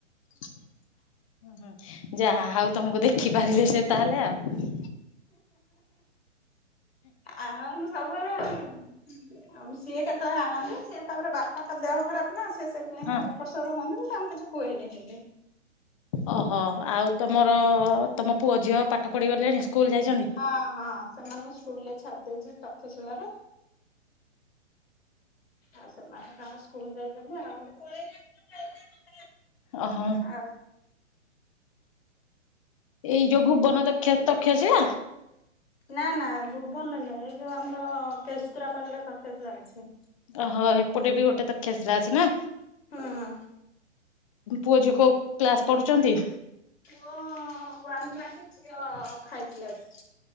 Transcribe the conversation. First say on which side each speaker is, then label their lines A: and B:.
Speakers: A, on the left (about 25°); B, on the left (about 55°).
A: ହଁ ହୁଁ ଯାହା ଆଉ ତମକୁ ଦେଖି ପାରିଲେ ସେ ତାହେଲେ ଆଉ।
B: ଆଉ ସବୁବେଳେ ଆଉ ସିଏ କେତେବେଳେ ଆଣନ୍ତି ସିଏ ତାପରେ ବାପାଙ୍କ ଦେହ ଖରାପ ନା ସେ ସେଥିପାଇଁ
A: ହଁ।
B: ଏପଟ ସେପଟ ହୁଅନ୍ତି ତ ମୁଁ ତାଙ୍କୁ କିଛି କୁହେନି ସେଠି।
A: ଓହୋ ଆଉ ତମର ତମ ପୁଅ ଝିଅ ପାଠ ପଢିଗଲେଣି। ସ୍କୁଲ ଯାଇଛନ୍ତି?
B: ହଁ ହଁ ସେମାନଙ୍କୁ ସ୍କୁଲ ରେ ଛାଡିଦେଇଛି ତକ୍ଷ ସିଳାରେ। ଆଉ ସେମାନେ ତାଙ୍କର ସ୍କୁଲ ଯାଇଛନ୍ତି ଆଉ।
A: ଅ ହ।
B: ଆଉ
A: ଏଇ ଯୋଉ ଭୁବନ ଦକ୍ଷ ତକ୍ଷ ଶିଳା।
B: ନା ନା ଭୁବନରେ ନୁଏ ଏଇ ଯୋଉ ଆମର କେତ୍ରା ପାଲି ରେ ତକ୍ଷଶିଳା ଅଛି।
A: ଓହୋ ହେପଟେ ବି ଗୋଟେ ତକ୍ଷ ଶିଳା ଅଛି ନା
B: ହୁଁ।
A: ପୁଅ ଝିଅ କୋଉ କ୍ଲାସ ପଢୁଛନ୍ତି?
B: ପୁଅ ୱାନ କ୍ଲାସ୍ ଝିଅ ଫାଇପ୍ କ୍ଲାସ୍।